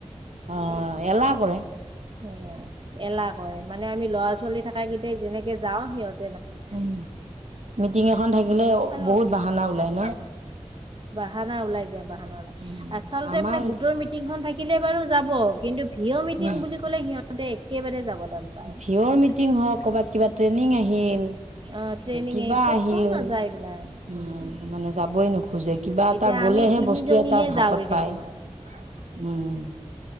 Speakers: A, on the right (about 90°); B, on the right (about 45°).
A: অ' এলাৰ কৰেৰে
B: সেনে এলাহ ক মানে আমি ল'ৰা ছোৱালী থাক কেইটাই যেনেকে যাওঁ সিহঁত
A: উ মিটিং এখন থাকিলে
B: আৰু
A: বহুত বাহানা ওলাই ন
B: বাহানা ওলাই যায় বাহানা ওলাই
A: উম
B: আচলতে
A: আমাৰ
B: মানে গোটৰ মিটিংখন থাকিলে বাৰু যাব কিন্তু। ভিঅ মিটিং
A: উম
B: বুলি ক'লে সিহঁতে একেবাৰে যাব টান পায়
A: ভিঅৰ মিটিং হওক কৰ'বাত কিবা ট্ৰেইনিং আহিল
B: অ ট্ৰেইনিঙে
A: কিবা
B: ক'তো
A: আহিল
B: নাযায়
A: অ
B: এইবিলাক উম
A: মানে যাবই নোখোজে কিবা
B: এতিয়া
A: এটা গ'ল, বলেহে
B: আমি তিনিজনীহে
A: বস্তু এটা ভাগত
B: জাউৰি থাকো
A: পায়
B: মানে
A: উম।